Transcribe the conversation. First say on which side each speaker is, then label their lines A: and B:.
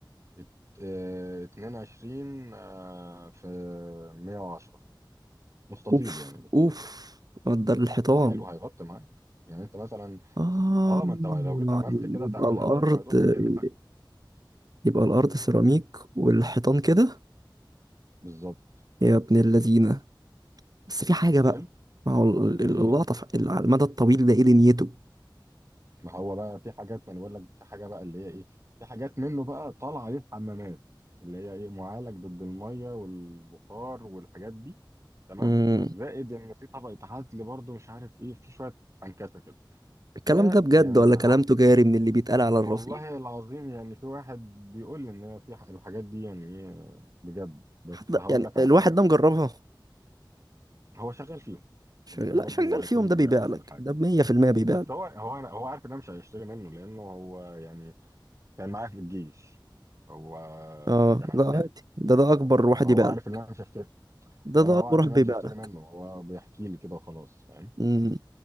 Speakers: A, on the right (about 35°); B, on the right (about 50°).
A: ات- اه، 22 اه، في 110 مستطيل
B: اوف
A: يعني بالطول
B: اوف
A: كده
B: مقدار الحيطان
A: هو حلو هيغطي معاك يعني انت مثلا
B: اه
A: اه ما انت لو جيت عملت
B: يبقى
A: كده تعملها
B: الارض
A: داير مفتوح
B: إيه؟
A: هيكلفك
B: يبقى الأرض سيراميك والحيطان كده
A: بالظبط
B: يا ابن اللذينة بس في حاجة بقى
A: حلو
B: ما هو ال-
A: ايه
B: ال- اللقطة ف- على المدى الطويل ده ايه دنيته
A: ما هو بقى في حاجات ما انا بقول لك في حاجه بقى اللي هي ايه في حاجات منه بقى طالعه ليه حمامات اللي هي ايه معالج ضد الميه والبخار والحاجات دي تمام
B: مم.
A: زائد ان في طبقه عزل برضه مش عارف ايه في شويه عنكسه كده
B: الكلام
A: فيعني
B: ده بجد ولا
A: هقول
B: كلام تجاري من اللي بيتقال على الرصيف
A: والله العظيم يعني في واحد بيقول لي ان في ح- الحاجات دي يعني ايه بجد بس
B: حد
A: هقول
B: يعني
A: لك
B: الواحد
A: على حاجه
B: ده مجربها
A: هو شغال فيهم
B: شغال
A: وممكن
B: لا
A: برضه
B: شغال
A: هيكون
B: فيهم ده
A: بيبيع
B: بيبيع
A: لي ولا
B: لك
A: حاجه
B: ده 100% بيبيع
A: بس
B: لك
A: هو هو أنا- هو عارف ان انا مش هيشتري منه لانه هو يعني كان معايا في الجيش هو
B: اه
A: كان عسكري
B: ده عادي ده ده اكبر
A: فاهم؟
B: واحد
A: فهو
B: يبيع
A: عارف
B: لك
A: ان انا مش هشتري
B: ده
A: فهو
B: ده اكبر
A: عارف
B: واحد
A: ان انا
B: بيبيع
A: مش هشتري
B: لك
A: منه هو بيحكي لي كده وخلاص فاهم
B: امم